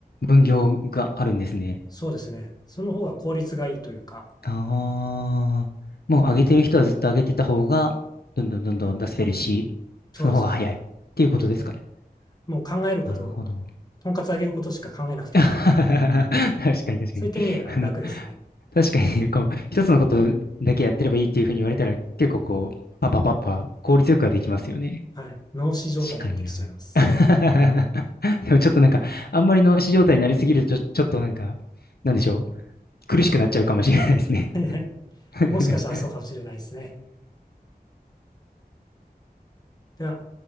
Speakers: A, on the left; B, on the left.
A: 分業があるんですね。
B: そうですね。その方が効率がいいというか、
A: ああ、もう上げてる人はずっと上げてた方が、どんどんどんどん出せるし、
B: そうですね。
A: その方が早いっていうことですかね。
B: そもう考えることを、
A: なるほど。
B: とんかつ揚げることしか考えなくていいんで、
A: <laughs> 確かに確かに。
B: そういった意味では楽ですね。
A: あの、確かに、こう、一つのことだけやってればいいっていうふうに言われたら、結構こう、パパパパ、効率よくはできますよね。
B: はい。脳死状態でできちゃいます。
A: 確かにな。<laughs> でもちょっとなんか、あんまり脳死状態になりすぎると、ちょ、ちょっとなんか、なんでしょう。苦しくなっちゃうかもしれないですね。
B: <laughs>
A: <laughs>
B: もしかしたらそうかもしれないですね。では。